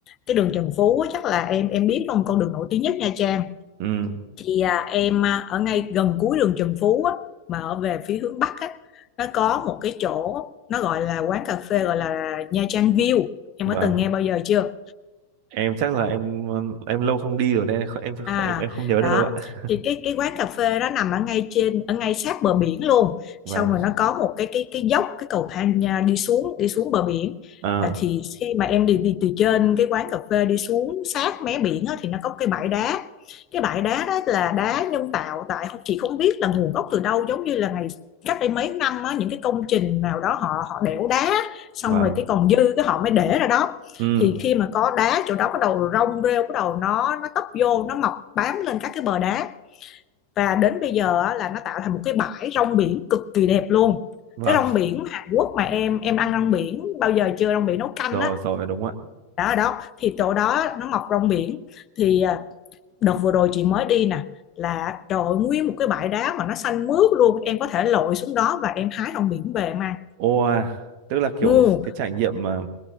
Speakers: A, on the left (about 30°); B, on the right (about 45°).
A: cái đường Trần Phú á, chắc là em em biết không con đường nổi tiếng nhất Nha Trang.
B: Ừm,
A: Thì à, em à, ở ngay gần cuối đường Trần Phú á, mà ở về phía hướng Bắc á, nó có một cái chỗ nó gọi là quán cà phê gọi là Nha Trang View. Em
B: vâng
A: có từng nghe bao giờ chưa?
B: em chắc là em em lâu không đi rồi nên em
A: À,
B: em em không nhớ được
A: đó.
B: đâu ạ
A: Thì cái cái quán cà phê đó nằm ở ngay trên ở ngay sát bờ biển luôn.
B: vâng
A: Xong rồi nó có một cái cái cái dốc cái cầu thang à, đi xuống đi xuống bờ biển.
B: à
A: Là thì khi mà em đi đi từ trên cái quán cà phê đi xuống sát mé biển á, thì nó có cái bãi đá. Cái bãi đá đó là đá nhân tạo tại không chị không biết là nguồn gốc từ đâu giống như là ngày cách đây mấy năm á, những cái công trình nào đó họ họ đẽo đá xong
B: vâng
A: rồi cái còn dư cái họ mới để ra đó
B: ừ
A: thì khi mà có đá chỗ đó bắt đầu rong rêu bắt đầu nó nó tấp vô nó mọc bám lên các cái bờ đá và đến bây giờ á, là nó tạo thành một cái bãi rong biển cực kỳ đẹp luôn
B: vâng
A: cái rong biển Hàn Quốc mà em em ăn rong biển bao giờ chưa rong biển nấu canh
B: rồi
A: á
B: rồi đúng ạ
A: đó ở đó thì chỗ đó nó mọc rong biển thì à, đợt vừa rồi chị mới đi nè là trời ơi, nguyên một cái bãi đá mà nó xanh mướt luôn em có thể lội xuống đó và em hái rong biển về mà
B: ô à, tức là kiểu
A: ừ,
B: cái trải nghiệm mà